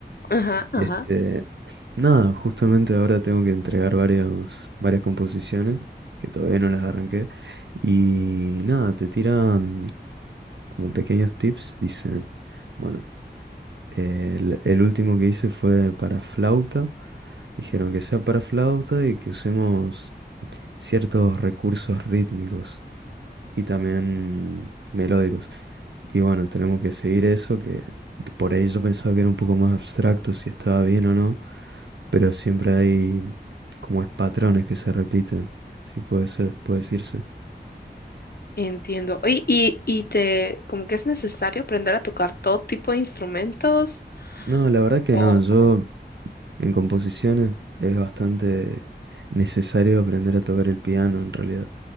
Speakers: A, on the left; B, on the right.
A: Ajá, ajá.
B: Y este, nada, justamente ahora tengo que entregar varios, varias composiciones que todavía no las arranqué. Y nada, te tiran como pequeños tips, dicen, bueno, el, el último que hice fue para flauta. Dijeron que sea para flauta y que usemos ciertos recursos rítmicos y también melódicos. Y bueno, tenemos que seguir eso, que por ahí yo pensaba que era un poco más abstracto si estaba bien o no, pero siempre hay como es patrones que se repiten, si puede ser, puede decirse.
A: Entiendo. Oye, y, y te, como que es necesario aprender a tocar todo tipo de instrumentos.
B: No, la verdad que
A: O-
B: no, yo en composiciones es bastante necesario aprender a tocar el piano en realidad,